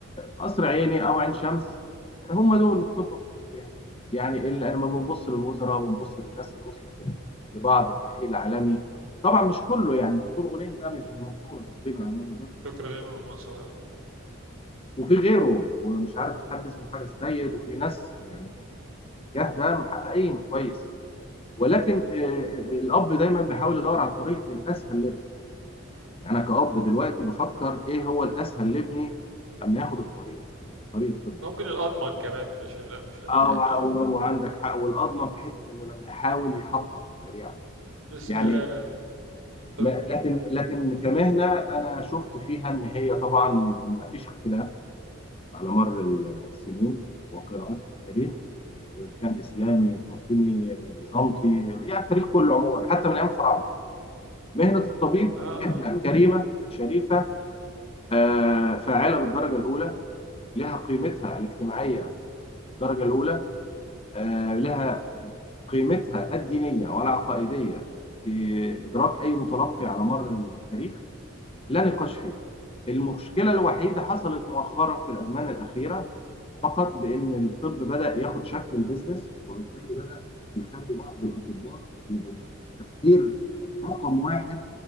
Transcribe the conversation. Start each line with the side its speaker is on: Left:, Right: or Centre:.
Left: قصر عيني أو عين شمس هم دول الطب في مصر يعني يعني اللي لما بنبص للوزراء بنبص للناس اللي وصلت لبعض التحقيق العالمي طبعا مش كله يعني الدكتور غليم ده من المنصورة تقريبا على ما أتذكر
Right: دكتور غنيم المنصور آه.
Left: وفي غيره ومش عارف حد اسمه حاجة السيد وفي ناس يعني الاتجاه ده محققين كويس ولكن آه، آه، الاب دايما بيحاول يدور على الطريق الاسهل لابنه يعني انا كاب دلوقتي بفكر ايه هو الاسهل لابني لما ياخد الطريق ده طريق الطب ده
Right: ممكن الاضمن كمان مش لا مش لا
Left: اه
Right: يعني
Left: وع-
Right: الاضمن
Left: و- وعندك حق والاضمن في حته انه لما يحاول يحقق سريعا
Right: بس
Left: يعني
Right: آه طب-
Left: ما- لكن لكن كمهنه انا شفت فيها ان هي طبعا ما فيش اختلاف على مر السنين وقراءات في التاريخ كان اسلامي فاطمي بيزنطي يعني التاريخ كله عموما حتى من ايام الفراعنه مهنة الطبيب
Right: آه
Left: مهنة
Right: آه،
Left: كريمة شريفة آه، فاعلة بالدرجة الأولى لها قيمتها الاجتماعية بالدرجة الأولى آه، لها قيمتها الدينية والعقائدية في إدراك أي متلقي على مر التاريخ لا نقاش فيها المشكلة الوحيدة حصلت مؤخرا في الأزمان الأخيرة فقط بأن الطب بدأ ياخد شكل البزنس وبالتالي بدأ يخلي بعض الأطباء يبقوا تفكير رقم واحد